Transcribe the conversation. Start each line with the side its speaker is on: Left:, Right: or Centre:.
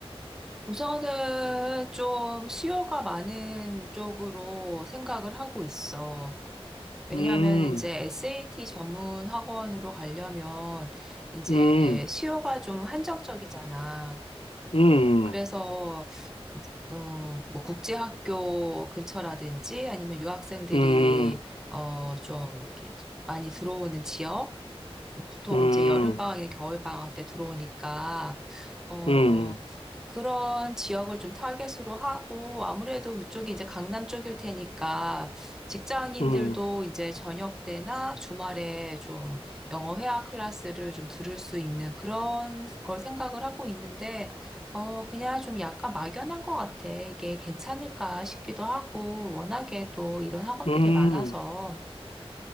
Centre: 우선은 좀 수요가 많은 쪽으로 생각을 하고 있어. 왜냐하면
Left: 음,
Centre: 이제 SAT 전문 학원으로 가려면 이제
Left: 음,
Centre: 수요가 좀 한정적이잖아.
Left: 음,
Centre: 그래서 어, 뭐 국제학교 근처라든지 아니면 유학생들이
Left: 음,
Centre: 어, 좀 이렇게 많이 들어오는 지역 보통
Left: 음,
Centre: 이제 여름방학이나 겨울방학 때 들어오니까, 어,
Left: 음,
Centre: 그런 지역을 좀 타겟으로 하고, 아무래도 그쪽이 이제 강남 쪽일 테니까, 직장인들도
Left: 음,
Centre: 이제 저녁 때나 주말에 좀 영어 회화 클래스를 좀 들을 수 있는 그런 걸 생각을 하고 있는데, 어, 그냥 좀 약간 막연한 것 같아. 이게 괜찮을까 싶기도 하고, 워낙에 또 이런 학원들이
Left: 음.
Centre: 많아서,